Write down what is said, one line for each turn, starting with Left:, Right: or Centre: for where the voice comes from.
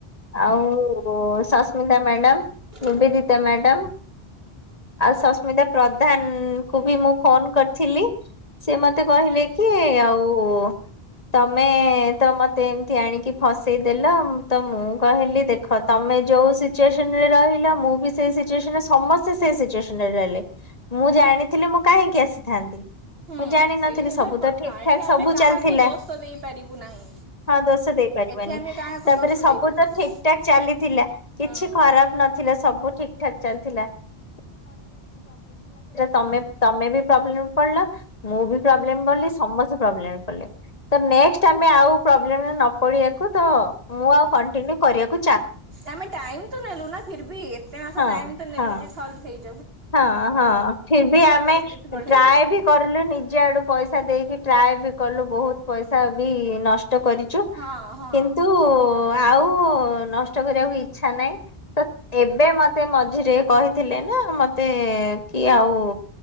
Left: ଆଉ ସସ୍ମିତା ମ୍ୟାଡ଼ାମ
Right: ହୁଁ।
Left: ନିବେଦିତା ମ୍ୟାଡ଼ମ୍ ଆଉ ସସ୍ମିତା ପ୍ରଧାନ କୁ ବି ମୁଁ ଫୋନ କରିଥିଲି ସେ ମତେ କହିଲେ କି ଆଉ ଓ ତମେ ତ ମୋତେ ଏମିତି ଆଣିକି ଫସେଇଦେଲ। ତ ମୁଁ କହିଲି ଦେଖ ତମେ ଯୋଉ ସିଚୁଏସନରେ ରହିଲ ମୁଁ ବି ସେ ସିଚୁଏସନରେ ସମସ୍ତେ ସମସ୍ତେ ସେହି ସିଚୁଏସନ୍ ରେ ରହିଲେ। ମୁଁ ଜାଣିଥିଲି ମୁଁ କାହିଁକି ଆସିଥାନ୍ତି।
Right: ହୁଁ
Left: ମୁଁ ଜାଣିନଥିଲି
Right: ସେଇ ହେଲା
Left: ସବୁ
Right: କଥା
Left: ତ ଠିକ
Right: ଏଠି
Left: ଠାକ
Right: ଆମେ
Left: ସବୁ
Right: କାହାକୁ
Left: ଚାଲିଥିଲା।
Right: ଦୋଷ ଦେଇପାରିବୁ ନାହିଁ।
Left: ହଁ ଦୋଷ ଦେଇପାରିବନି
Right: ଏଠି ଆମେ କାହାକୁ
Left: ତାପରେ
Right: ଦୋଷ
Left: ସବୁ
Right: ଦେଇପାରିବୁନି
Left: ତ ଠିକ ଠାକ ଚାଲିଥିଲା କିଛି
Right: ହୁଁ।
Left: ଖରାପ ନଥିଲା । ସବୁ ଠିକଠାକ ଚାଲିଥିଲା । ତମେ ତମେ ବି <unintelligible> ମୁଁ ବି ପ୍ରୋବ୍ଲେମ ବୋଲି ସମସ୍ତେ ପ୍ରୋବ୍ଲେମ ରେ ପଡ଼ିଲେ। ତ ନେକ୍ସଟ୍ ଆମେ ଆଉ ପ୍ରୋବ୍ଲେମ୍ ରେ ନପଡ଼ିବାକୁ ତ ମୁଁ ଆଉ କଣ୍ଟିନିଉ କରିଆକୁ
Right: ଆମେ ଟାଇମ ତ ନେଲୁ ନା ଫିର ବି ଏତେ ମାସ
Left: ହଁ
Right: ଟାଇମ୍ ତ ନେଲୁ
Left: ହଁ।
Right: ଯେ ସଲଭ ହେଇଯି
Left: ହଁ ହଁ ଫିର୍ ବି ଆମେ
Right: ବେଶୀ ଡିଫିକଲ୍ଟ
Left: ଟ୍ରାଏ
Right: ହେଇଗଲା
Left: ବି କରଲୁ ନିଜ ଆଡୁ ପଇସା ଦେଇକି ଟ୍ରାଏ ବି କଲୁ ବହୁତ ପଇସା ବି ନଷ୍ଟ କରିଛୁ
Right: ହଁ ହଁ
Left: ।କିନ୍ତୁ ଆଉ ନଷ୍ଟ କରିବାକୁ ଇଚ୍ଛା ନାହିଁ ତ ଏବେ ମତେ ମଝିରେ କହିଥିଲେ ନା ମ ତେ କିଏ ଆଉ